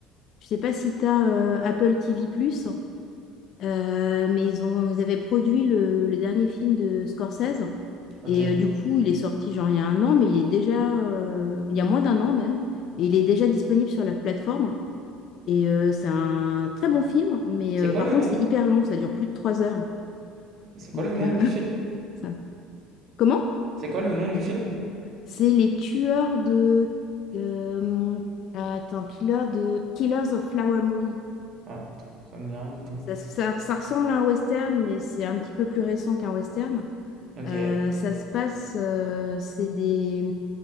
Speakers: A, on the left; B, on the right.
A: je sais pas si t'as euh, Apple TV+, euh, mais ils ont, ils avaient produit le, le dernier film de Scorsese.
B: ok.
A: Et euh, du coup, il est sorti genre il y a un an, mais il est déjà, euh, il y a moins d'un an même, et il est déjà disponible sur la plateforme. Et euh, c'est un très bon film, mais
B: C'est
A: euh,
B: quoi
A: par
B: le
A: contre,
B: nom?
A: c'est hyper long, ça dure plus de trois heures.
B: C'est quoi
A: Donc,
B: le nom
A: euh,
B: du
A: <laughs>
B: film?
A: ça. Comment?
B: C'est quoi le nom du film?
A: C'est les tueurs de... euh, attends, killer de... Killers of Flower Moon.
B: Ah, ça me dit rien du tout.
A: Ça, ça- ça ressemble à un western, mais c'est un petit peu plus récent qu'un western.
B: Ok,
A: Euh, ça se passe, euh, c'est des,